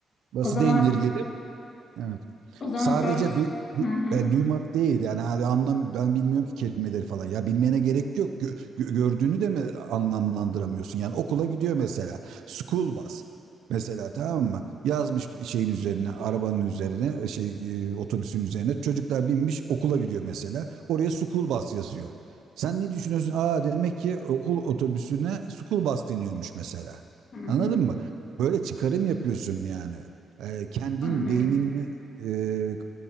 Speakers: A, on the right; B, on the left.
A: basite
B: O zaman
A: indirgedim. Evet.
B: o zaman
A: Sadece
B: görs.
A: du- du-
B: Hı hı,
A: e, duymak değil yani hani anlam ben bilmiyorum ki kelimeleri falan ya bilmene gerek yok Gö- gö- gördüğünü de mi anlamlandıramıyorsun yani okula gidiyor mesela school bus mesela tamam mı yazmış şeyin üzerine arabanın üzerine e, şey e, otobüsün üzerine çocuklar binmiş okula gidiyor mesela oraya school bus yazıyor sen ne düşünüyorsun aa demek ki okul otobüsüne school bus deniyormuş mesela
B: hı hı,
A: anladın mı böyle çıkarım yapıyorsun yani e, kendin
B: anlıyorum.
A: beynin e,